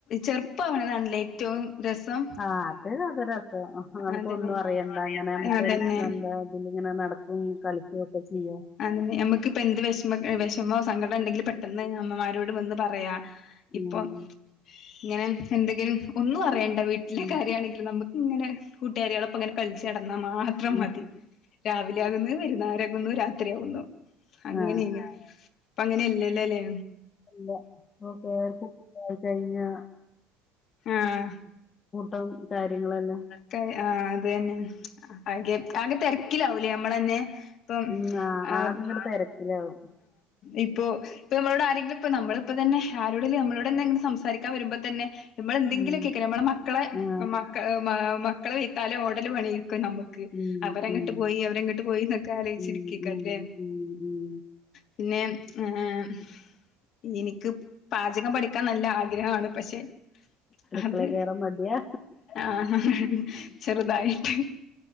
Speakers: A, on the left; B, on the left.
A: ചെറുപ്പാവണെതാണ്ലേ ഏറ്റവും രെസം
B: ആഹ് അത് അതൊരസം നമുക്ക്
A: അതന്നെ
B: ഒന്നും അറിയണ്ട ഇങ്ങനെ നമുക്ക്
A: അതന്നെ
B: നല്ല ഇതീലിങ്ങനെ നടക്കും കളിക്കും ഒക്കെ ചെയ്യാം.
A: അന്നെ നമുക്കിപ്പം എന്ത് വെഷമ വെഷമോ സങ്കടം ഇണ്ടെങ്കിൽ പെട്ട്. ട്ടന്ന് അമ്മമാരോട് വന്ന് പറയാ ഇപ്പൊ.
B: ഉം
A: ഇങ്ങനെ എന്തെങ്കിലും ഒന്നും അറിയണ്ട വീട്ടിലെ
B: ഉം
A: കാര്യാണെങ്കിലും നമുക്കിങ്ങനെ കൂട്ടുകാരികളൊപ്പം ഇങ്ങനെ. കളിച്ച് നടന്നാൽ മാത്രം
B: ഉം
A: മതി. രാവിലെ ആകുന്നു വയ്ന്നാര ആകുന്നു രാത്രിയാകുന്നു. അങ്ങനേനി
B: ആ
A: ഇപ്പ അങ്ങനെയല്ലല്ലലെ.
B: അല്ല ഫോൺ ഇണ്ടായി കഴിഞ്ഞാ.
A: ആഹ്
B: കൂട്ടം കാര്യങ്ങളെല്ലാം
A: ക്കെ ആഹ് അതന്നെ ആകെ ആകെ തെരക്കിലാവൂലേ അമ്മളന്ന്. ഇപ്പം.
B: ഉം ആ
A: ആഹ്
B: ആകെ ഇങ്ങട്
A: ആ
B: തിരക്കിലാവും
A: ഇപ്പൊ ഇപ്പൊമ്മളോടാരെങ്കിലും ഇപ്പം നമ്മളിപ്പ തന്നെ ആരോടല്ല നമ്മളോടന്നെ സംസാരിക്കാൻ വരുമ്പോ തന്നെ. നമ്മൾ എന്തെങ്കിലുമൊക്കെക്ക
B: ഉം
A: നമ്മളെന്തെങ്കിലൊക്കേക്കാരം നമ്മളെ മക്കളെ
B: ആ
A: മക്ക മക്കളെ വെയ്ത്താലേ ഓടലും പണിയായിരിക്കും നമ്മ. ക്ക്‌
B: ഉം
A: അവരങ്ങട്ട്
B: ഉം
A: പോയി അവരെങ്ങട്ട് പോയിന്നൊക്കെ ആലോയിച്ചിരിക്കേക്കാല്ലേ.
B: ഉം ഉം ഉം ഉം
A: പിന്നെ ഏഹ്. ഇനിക്ക് പാചകം പഠിക്കാൻ നല്ല ആഗ്രഹമാണ് പക്ഷെ
B: അടുക്കളേ
A: അത്.
B: കേറാൻ മടിയാ
A: ആഹ ഹ ഹ ഹ ചെറ്തായിട്ട്